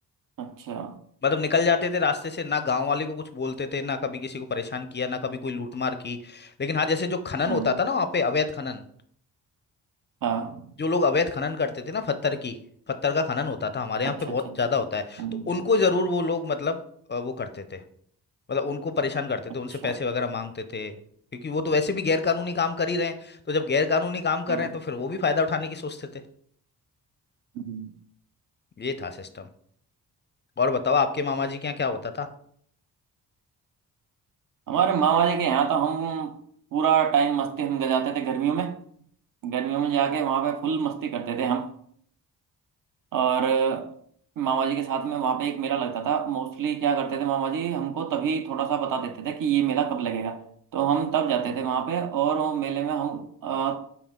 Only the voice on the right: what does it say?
अच्छा
हम्म
हाँ
अच्छा
अच्छा अच्छा
हम्म
अच्छा
बिल्कुल
हम्म,
हमारे मामा जी के यहाँ तो हम पूरा टाइम मस्ती हम गजाते थे गर्मियों में गर्मियों में जाके वहाँ पे फुल मस्ती करते थे हम और अ, मामा जी के साथ में वहाँ पे एक मेला लगता था मोस्टली क्या करते थे मामा जी हमको तभी थोड़ा सा बता देते थे कि ये मेला कब लगेगा तो हम तब जाते थे वहाँ पे और वो मेले में हम अ,